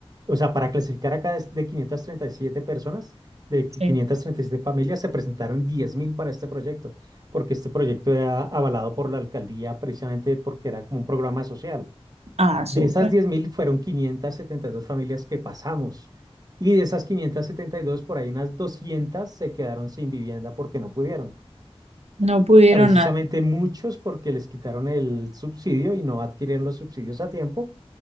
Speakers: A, on the right; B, on the right.
A: o sea, para clasificar acá es de 537 personas, de qui-
B: sí.
A: 537 familias, se presentaron 10.000 para este proyecto, porque este proyecto era avalado por la alcaldía precisamente porque era como un programa social.
B: Ah, súper.
A: De esas 10.000 fueron 572 familias que pasamos. Y de esas 572 por ahí unas 200 se quedaron sin vivienda porque no pudieron
B: No pudieron
A: precisamente
B: nada.
A: muchos porque les quitaron el subsidio y no adquirieron los subsidios a tiempo